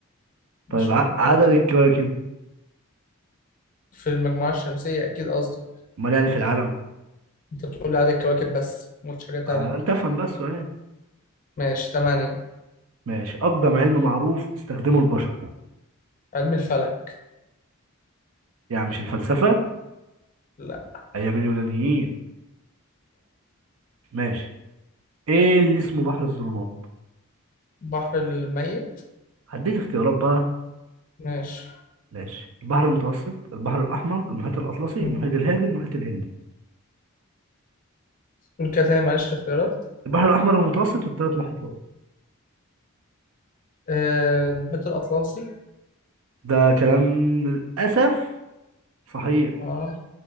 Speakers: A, on the right; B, on the left.
A: طيب
B: ان شاء
A: ع-
B: الله
A: عدد الكواكب
B: في المجموعة الشمسية اكيد قصدك
A: امال يعني في العالم
B: انت بتقول لي عدد الكواكب بس ما قلتش حاجة تانية
A: آه انت افهم بقى السؤال
B: ماشي تمانية
A: ماشي اقدم علم معروف استخدمه البشر
B: علم الفلك
A: يعني مش الفلسفه
B: لا
A: ايام اليونانيين ماشي ايه اللي اسمه بحر الظلمات
B: بحر الميت
A: هديك اختيارات بقى
B: ماشي
A: ماشي البحر المتوسط البحر الاحمر المحيط الاطلسي
B: مم.
A: المحيط الهادي المحيط الهندي
B: قول كده تاني معلش الاختيارات
A: البحر الاحمر المتوسط والثلاث محيطات
B: آه، المحيط الأطلسي
A: ده كلام للاسف صحيح
B: اه